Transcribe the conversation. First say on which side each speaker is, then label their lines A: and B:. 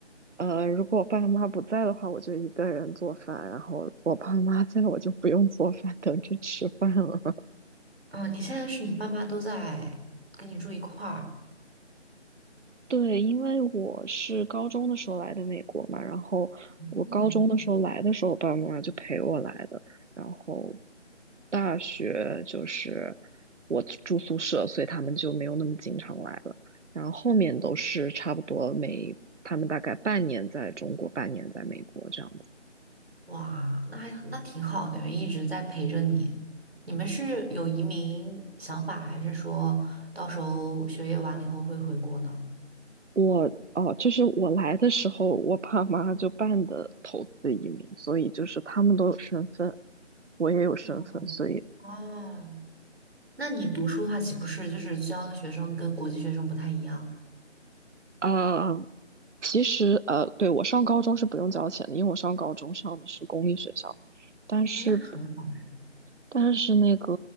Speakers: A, on the right; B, on the right.
A: 呃，如果我爸妈不在的话，我就一个人做饭；然后我爸妈在，我就不用做饭，等着吃饭了。
B: 嗯，你现在是你爸妈都在跟你住一块儿？
A: 对，因为我是高中的时候来的美国嘛，然后我高中的时候来的时候，
B: 嗯，
A: 我爸爸妈妈就陪我来的，然后大学就是我住宿舍，所以他们就没有那么经常来了，然后后面都是差不多每他们大概半年在中国，半年在美国这样子。
B: 哇，那还那挺好的，一直在陪着你。你们是有移民想法，还是说到时候学业完了以后会回国呢？
A: 我哦，就是我来的时候，我爸妈就办的投资移民，所以就是他们都有身份，我也有身份，
B: 嗯，
A: 所以。
B: 哦，那你读书的话，岂不是就是教的学生跟国际学生不太一样？
A: 啊，其实，呃，对，我上高中是不用交钱的，因为我上高中上的是公立学校，但是，
B: 嗯那很好。
A: 但是那个，